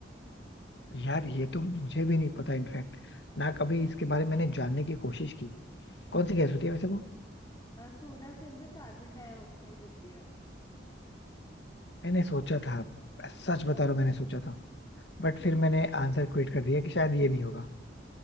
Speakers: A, on the left; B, on the left.
A: यार ये तो मुझे भी नहीं पता इनफैक्ट ना कभी इसके बारे में मैंने जानने की कोशिश की कौन सी गैस होती है वैसे वो
B: Soda के अंदर कार्बन डाइऑक्साइड होती है
A: मैंने सोचा था सच बता रहा हूँ मैंने सोचा था
B: <laughs>
A: बट फिर मैंने आंसर क्विट कर दिया कि शायद ये नहीं होगा